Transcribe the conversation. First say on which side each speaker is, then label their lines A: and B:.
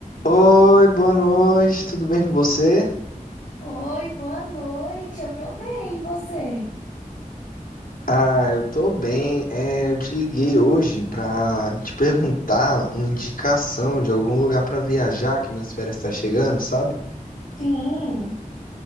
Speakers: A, on the left (about 75°); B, on the left (about 60°).
A: Oi, boa noite, tudo bem com você?
B: Oi, boa noite. Eu tô bem, e você?
A: Ah, eu tô bem. É, eu te liguei hoje pra te perguntar uma indicação de algum lugar pra viajar, que minhas férias tá chegando, sabe?
B: Sim.